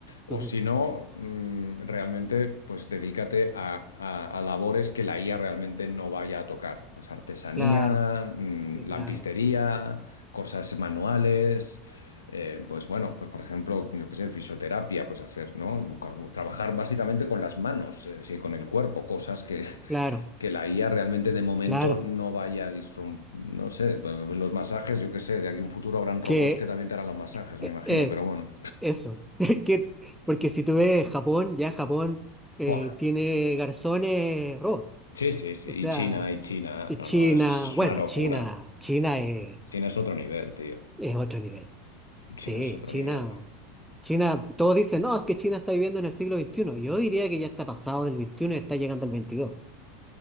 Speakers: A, on the left (about 80°); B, in the centre.
A: o
B: Ujú,
A: si no, mm, realmente, pues dedícate a, a- a labores que la IA realmente no vaya a tocar. Pues artesanía,
B: Claro,
A: mm,
B: eh,
A: lampistería,
B: claro,
A: cosas manuales. eh, pues bueno, pues por ejemplo, yo qué sé, fisioterapia, pues hacer, ¿no? Con- Trabajar básicamente con las manos, eh, sí, con el cuerpo, cosas que
B: claro,
A: que la IA realmente de momento
B: claro.
A: no vaya a disrum- no sé, los masajes, yo qué sé, de aquí a un futuro habrán robots
B: Que
A: que también te harán los masajes,
B: eh,
A: me imagino,
B: eh,
A: pero bueno.
B: eso, <laughs> que, porque si tú ves Japón, ya Japón eh,
A: Buah.
B: tiene garzones robots.
A: Sí, sí, sí,
B: O sea,
A: y China, y China,
B: y
A: no,
B: China,
A: no, es, es
B: bueno,
A: una locura.
B: China, China es,
A: China es otro nivel, tío.
B: es otro nivel. Sí,
A: China es otro
B: China.
A: nivel.
B: China, todos dicen, no, es que China está viviendo en el siglo veintiuno. Yo diría que ya está pasado del veintiuno y está llegando al veintidós,